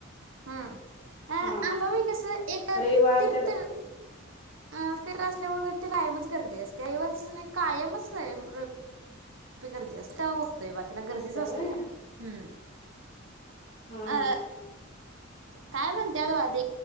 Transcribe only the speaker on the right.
हा
अंबाबाई कसं ऐक
तीर्थ
अ ते र असल्यामुळे कायम ती कायमच गर्दी असते रविवारची नाही कायमच आहे रविवारची गर्दी असते त्या दैवातला गर्दीच
असते
हम्म
अ
काय म्हणतेलध